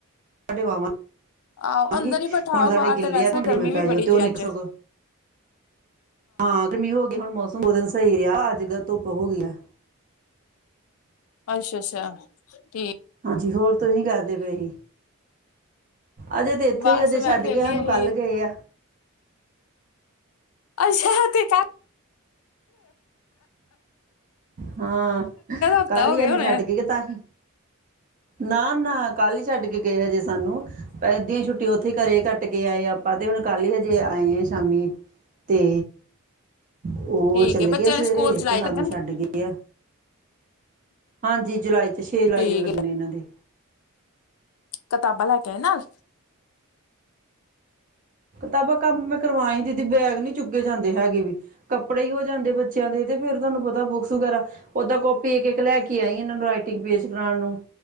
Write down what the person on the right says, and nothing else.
ਵਾਂਵਾਂ
ਗੀ
ਹੁਣ ਤੁਹਾਡੇ
ਗਿੱਲੇ
ਆ ਤੁ ਡਿਵੇਂ
ਪੈ
ਜਾਓ
ਤੇ
ਓ ਨਿਕਲ
ਸਕੋ ਹਾਂ ਗਰਮੀ ਹੋ ਗੀ ਹੁਣ ਮੌਸ ਦੋ ਦਿਨ ਸਈ ਰਿਆ ਅੱਜ ਗ ਧੁੱਪ ਹੋ ਗਈ ਐ
ਹਾਂਜੀ ਹੋਰ ਤੁਹੀ ਕੀ ਕਰਦੇ ਪਏ ਸੀ ਅਜੇ ਤੇ ਏਥੇ
ਈ ਜੇ ਛੱਡ
ਕੇ ਸਾਨੂੰ
ਕੱਲ੍ਹ ਗਏ ਆ
ਹਾਂ
ਕੱਲ
ਹੀ ਇਹਨੂੰ
ਛੱਡ ਕੇ ਗਈ ਤਾਹੀ ਨਾ ਨਾ ਕੱਲ ਹੀ ਛੱਡ ਕੇ ਜ <unintelligible> ਸਾਨੂੰ ਅੱਧੀ ਛੁੱਟੀ ਉੱਥੇ- ਘਰੇ ਕੱਟ ਕੇ ਆਏ ਆਪਾਂ ਤੇ ਹੁਣ ਕੱਲ ਹੀ ਹਜੇ ਆਏ ਆ ਸ਼ਾਮੀ ਤੇ ਉਹ
ਚਲੇ
ਗਏ ਸਵੇਰੇ
ਤੇ ਹਾਨੂੰ
ਡਿਗ ਗਿਆ। ਹਾਂਜੀ ਜੁਲਾਈ ਅ ਛੇ ਜੁਲਾਈ
ਨੂੰ ਲੱਗਣੇ
ਇਹਨਾਂ ਦੇ
ਕਿਤਾਬਾਂ ਕੰਮ ਮੈਂ ਕਰਵਾਈ ਦੀਦੀ ਬੈਗ ਨੀ ਚੁਗੇ ਜਾਂਦੇ ਹੈਗੇ ਕਤਾਬਾ ਕੰਮ ਮੈ ਕਰਵਾ ਆਈ ਦੀਦੀ ਬੈਗ ਨੀ ਚੁੱਕੇ ਜਾਂਦੇ ਹੈਗੇ ਵੀ, ਕੱਪੜੇ ਹੀ ਹੋ ਜਾਂਦੇ ਬੱਚਿਆਂ ਦੇ ਤੇ ਫੇਰ ਤੁਹਾਨੂੰ ਪਤਾ ਬੁੱਕਸ ਵਗੈਰਾ ਓਦਾਂ ਕਾਪੀ ਇੱਕ-ਇੱਕ ਲੈ ਕੇ ਆਈ ਇਹਨਾਂ ਨੂੰ ਰਾਈਟਿੰਗ ਪੇਜ ਕਰਾਉਣ ਨੂੰ